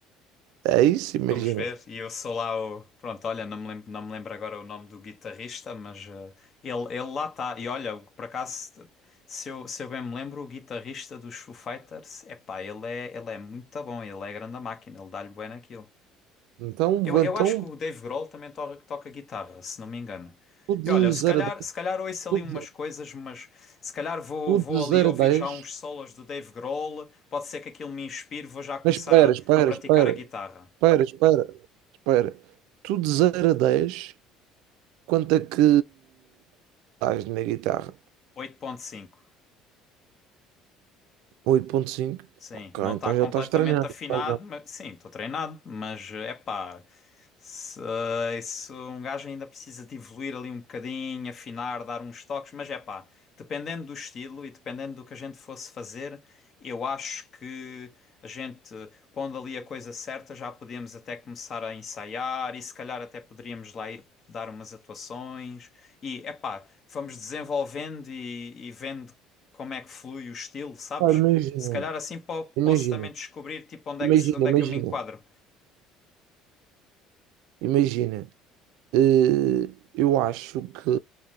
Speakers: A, on the right; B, on the left.
A: É isso, imagina.
B: Vamos ver. E eu sou lá o. Pronto, olha, não me lembro, não me lembro agora o nome do guitarrista, mas eh, ele, ele lá está. E olha, o- por acaso, se eu, se eu bem me lembro, o guitarrista dos Foo Fighters, epá, ele é, ele é muito bom, ele é grande a máquina, ele dá-lhe bem naquilo.
A: Então,
B: Eu, eu
A: então
B: acho que o Dave Grohl também to- toca guitarra, se não me engano.
A: O de
B: E olha, se
A: zero
B: calhar,
A: a dez
B: se calhar ouço ali
A: O de,
B: umas coisas, mas se calhar vou,
A: o
B: vou
A: de zero
B: ali ouvir
A: a dez
B: já uns solos do Dave Grohl. Pode ser que aquilo me inspire, vou já começar
A: Mas espera,
B: a,
A: espera,
B: a praticar
A: espera.
B: a guitarra.
A: Espera, espera, espera. Tu de zero a 10, quanto é que dás na guitarra?
B: oito ponto cinco
A: oito vírgula cinco
B: Sim,
A: Ok,
B: não está
A: então
B: completamente
A: já estás treinado.
B: afinado,
A: Estás bem.
B: mas sim, estou treinado, mas é pá, Se, eh, se um gajo ainda precisa de evoluir ali um bocadinho, afinar, dar uns toques, mas é pá, dependendo do estilo e dependendo do que a gente fosse fazer, eu acho que a gente, pondo ali a coisa certa, já podíamos até começar a ensaiar e se calhar até poderíamos lá ir dar umas atuações. E é pá, vamos desenvolvendo e, e vendo como é que flui o estilo, sabes?
A: Pá, imagina,
B: Se calhar assim po-
A: imagina,
B: posso também descobrir tipo onde
A: imagina,
B: é que, se- onde
A: imagina,
B: é que eu me enquadro.
A: imagina. Eh, eu acho que